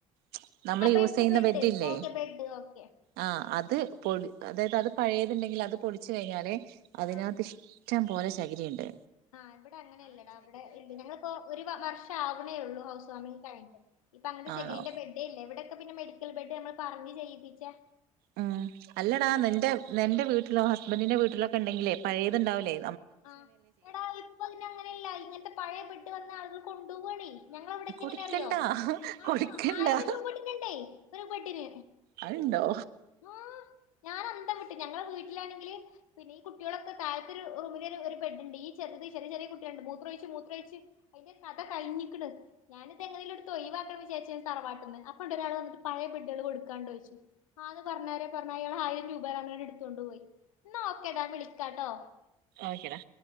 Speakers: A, on the right; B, on the left.
A: ചും നമ്മൾ
B: ആ ബെഡ്
A: യൂസ് ചെയ്യുന്ന
B: ബെഡ്
A: ബെഡ്ഡ് ഇല്ലേ
B: ഓക്കെ ബെഡ് ഓക്കെ
A: ആ അത് പൊളി അതായത് അത് പഴയതുണ്ടെങ്കിൽ അത് പൊളിച്ച് കഴിഞ്ഞാലേ അതിനാത്ത്
B: ആഹ്
A: ഇഷ്ടം പോലെ ചകിരയുണ്ട്
B: ആഹ് ഇവിടെ അങ്ങനെല്ലടാ ഇവിടെ ഇല്ല ഞങ്ങിപ്പോ ഒരു വർഷം ആവണേ ഉള്ളൂ ഹൗസ് വാമിങ് രണ്ട് ഇപ്പ അങ്ങനെ
A: ആണോ
B: ചകരിന്റെ ബെഡേ ഇല്ല ഇവിടെക്കെ പിന്നെ മേടി ഒരിക്കൽ ബെഡ് നമ്മള് പറഞ്ഞ് ചെയ്യിപ്പിച്ചേ
A: ഉം അല്ലടാ നിന്റെ നിന്റെ വീട്ടിലോ ഹുസ്ബന്റിന്റെ വീട്ടിലോക്കെ ഉണ്ടെങ്കിലേ പഴയതുണ്ടാവില്ലേ
B: ആഹ എടാ ഇപ്പൊ അതിന് അങ്ങനെയില്ല ഇങ്ങനത്തെ പഴയ ബെഡ് വന്ന അതും കുണ്ടുമണി ഞങ്ങടവിടൊക്കെ
A: കൊടുക്കണ്ടാ
B: എങ്ങനാനറിയോ ആ
A: കൊടുക്കണ്ടാ
B: ആയിരം രൂപ കിട്ടുന്നുണ്ടേ ഒരു ബെഡിന്...
A: അത്ണ്ടോ
B: ആ ഞാൻ അന്തംവിട്ട് ഞങ്ങളടെ വീട്ടിലാണെങ്കില് പിന്നെ കുട്ട്യോളൊക്കെ താഴെ ഒരു റൂമി ഒരു ബെഡുണ്ട് ഈ ചെറുത് ചെറിയ ചെറിയ കുട്ടിയുണ്ട് മൂത്രം ഉഴിച്ച് മൂത്രം ഉഴിച്ച് അതിന്റെ കഥ കഴിഞ്ഞിരിക്കണ് ഞാനത് എങ്ങനേലും എടുത്ത് ഒയിവാകണെന്നു വിച്ചാരിച്ച് തറവാട്ടിന് അപ്പം ഉണ്ട് ഒരാളെ വന്നിട്ട് പഴയ ബെഡ്കള് കൊടു കാനുണ്ടോന്ന് ചോദിച്ച് ആള് പറഞ്ഞത് പറഞ്ഞു ആയിരം രൂപ തരാന്നു പറഞ്ഞ് എടുത്തോണ്ട് പോയി നോകെടാ വിളിക്കാട്ടോ
A: ഓക്കെടാ